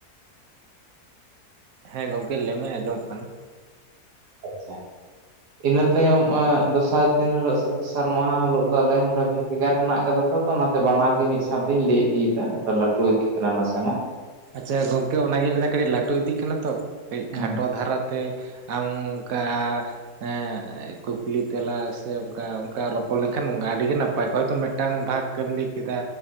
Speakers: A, on the right; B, on the right.
A: ᱦᱮᱸ ᱜᱚᱝᱠᱮ ᱞᱟᱹᱭ ᱢᱮ ᱟᱸᱡᱚᱢᱚᱜ ᱠᱟᱱᱟ
B: ᱟᱪᱪᱷᱟ ᱤᱱᱟᱹ ᱛᱟᱭᱚᱢ ᱫᱚᱥᱟᱨ ᱫᱤᱱ ᱦᱤᱞᱳᱜ ᱥᱮᱛᱟᱜ ᱛᱮᱥᱟᱨ ᱢᱟᱦᱟ ᱦᱤᱞᱳᱜ ᱫᱚ ᱟᱞᱮᱸ ᱦᱚᱸᱰᱮ ᱵᱷᱮᱜᱟᱨ ᱦᱮᱱᱟᱜ ᱠᱟᱫᱟ ᱛᱚ ᱚᱱᱟᱛᱮ ᱵᱟᱱᱟᱨ ᱜᱮ ᱢᱤᱫ ᱥᱟᱶᱛᱮ ᱞᱟᱹᱭ ᱤᱫᱤᱭᱮᱫᱟ ᱟᱫᱚ ᱞᱟᱹᱴᱩ ᱤᱫᱤᱜ ᱠᱟᱱᱟ ᱱᱟᱥᱮ ᱱᱟᱜ
A: ᱟᱪᱪᱷᱟ ᱜᱚᱝᱠᱮ ᱚᱱᱟ ᱜᱤᱧ ᱞᱟᱹᱭ ᱮᱫᱟ ᱠᱟᱹᱴᱤᱡ ᱞᱟᱹᱴᱩ ᱤᱫᱤᱜ ᱠᱟᱱᱟ ᱛᱚ ᱠᱟᱹᱡ
B: ᱦᱮᱸ
A: ᱠᱷᱟᱴᱚ ᱫᱷᱟᱨᱟ ᱛᱮ ᱟᱢ ᱚᱝᱠᱟ ᱦᱮᱸ ᱠᱩᱠᱞᱤ ᱛᱮᱞᱟ ᱥᱮ ᱚᱱᱠᱟ ᱚᱱᱠᱟ ᱨᱚᱯᱚᱲ ᱞᱮᱱ ᱠᱷᱟᱱ ᱚᱱᱠᱟ ᱟᱹᱰᱤ ᱜᱮ ᱱᱟᱯᱟᱭ ᱠᱚᱜᱼᱟ ᱦᱚᱭ ᱛᱚ ᱢᱮᱱ ᱴᱟᱝ ᱵᱷᱟᱜᱽ ᱮᱢ ᱞᱟᱹᱭ ᱠᱮᱫᱟ